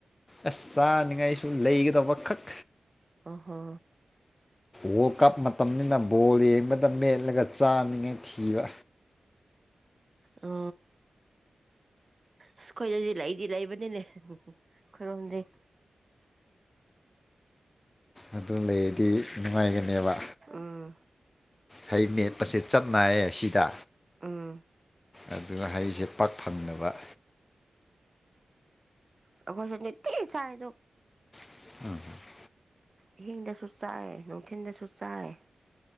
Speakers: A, on the left; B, on the right.
A: ꯑꯁ ꯆꯥꯅꯤꯡꯉꯥꯏꯁꯨ ꯂꯩꯒꯗ ꯋꯥꯈꯛ
B: ꯑ ꯍ
A: ꯋꯥꯔꯜ ꯀꯞ ꯃꯇꯝꯅꯤꯅ ꯕꯣꯜ ꯌꯦꯡꯕꯗ ꯃꯦꯠꯂꯒ ꯆꯥꯅꯤꯡꯉꯥꯏ ꯊꯤꯕ
B: ꯑꯣ ꯑ ꯈꯈꯣꯏꯗꯗꯤ ꯂꯩꯗꯤ ꯂꯩꯕꯅꯤꯅꯦ ꯈꯨꯔꯨꯝꯗꯦ
A: ꯑꯗꯨ ꯂꯩ ꯗꯤ ꯅꯨꯡꯉꯥꯏꯒꯅꯦꯕ
B: ꯎꯝ
A: ꯍꯩ ꯃꯦꯠꯄꯁꯦ ꯆꯞ ꯃꯅꯥꯏꯌꯦ ꯁꯤꯗ
B: ꯎꯝ
A: ꯑꯗꯨꯅ ꯍꯥꯏꯔꯤꯁꯦ ꯄꯥꯛ ꯊꯅꯕ
B: ꯎꯝꯝꯈꯣꯏꯁꯠꯇ ꯁꯥꯏꯔ
A: <unintelligible>
B: ꯑꯍꯤꯡꯗꯁꯨ ꯆꯥꯏ ꯅꯨꯡꯊꯤꯟꯗꯁꯨ ꯆꯥꯏ